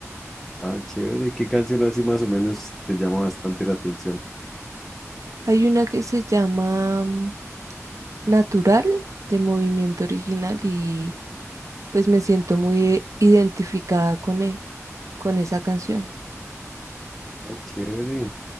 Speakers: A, in the centre; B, on the right.
A: Ah, chévere, ¿qué canción así más o menos te llama bastante la atención?
B: Hay una que se llama mm, Natural de Movimiento Original y pues me siento muy eh, identificada con él, con esa canción.
A: Ay, chévere.